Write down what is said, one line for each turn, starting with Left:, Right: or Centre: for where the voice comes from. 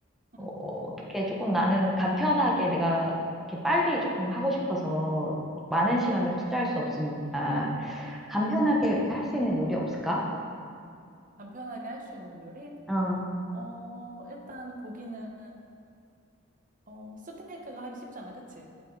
Centre: 어,
Right: 음,
Centre: 어떻게 조금 나는 간편하게 내가 이렇게 빨리 조금 하고 싶어서 막 많은 시간을
Right: 어,
Centre: 투자할 수 없으니까 간편하게
Right: 음,
Centre: 이렇게 할 수 있는 요리 없을까?
Right: 간편하게 할 수 있는 요리?
Centre: 어, <laughs> 어,
Right: 어, 일단 고기는, 어, 스테이크가 하기 쉽잖아, 그치?